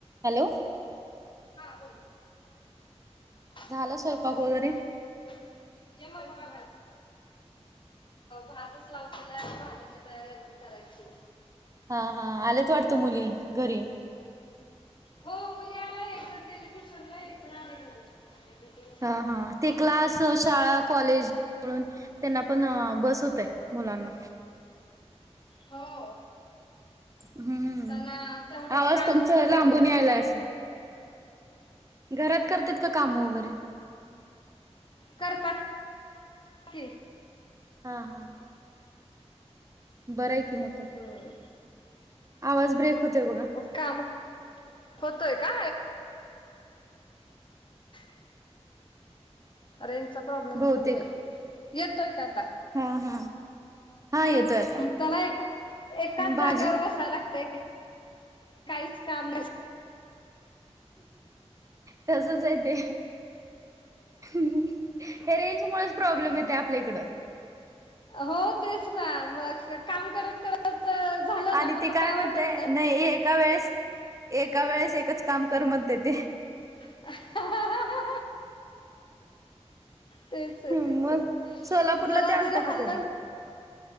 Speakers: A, on the right; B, on the left.
A: Hello!
B: हा बोला. पाऊस
A: झालं स्वयंपाक वगैरे?
B: येत नाही <inaudible> एक अ भातच लावतील भाजीची तयारी अजून करायची.
A: हा हा आलेत वाटती मुली घरी.
B: हो मुली आल्यात घरी एक जण गेली ट्युशनला, एक जण आली घरी.
A: ह हा ते क्लास, शाळा, कॉलेज, मिळून त्यांना पण बस होते मुलांना.
B: हो.
A: हम्म
B: त्यांना तेवढंच
A: आवाज
B: काम
A: तुमचा
B: खूप होऊन
A: लांबून
B: जाते.
A: यायला असं घरात करतात का काम वैगरे?
B: करतात. की
A: हा बरं आहे की मग,
B: हम्म.
A: आवाज ब्रेक होतोय बघ.
B: काम होतोय का? <inaudible>
A: <inaudible>
B: रेंजचा प्रॉब्लेम
A: बहुतेक
B: खूप आहे. येतोय का आता?
A: हा हा हा येतोय आता
B: त्याला ए एकाच
A: भाजी
B: जागेवर बसायला लागतं. काहीच काम
A: तसंच हाय ते, हं हे रेंज मुळेच प्रॉब्लेम येते आपल्या इकडे.
B: हो तेच ना मग काम करत करत, झालं
A: आणि
B: ना मग
A: ती काय म्हणते,
B: वाटत
A: नाही एका वेळेस एका वेळेस एकच काम कर म्हणते ते.
B: अ हा हं.. तेच आहे
A: मग
B: तेच आहे
A: सोलापूरला
B: जरा
A: ते आलंत
B: जरी
A: का
B: हल्लं
A: कधी?
B: ना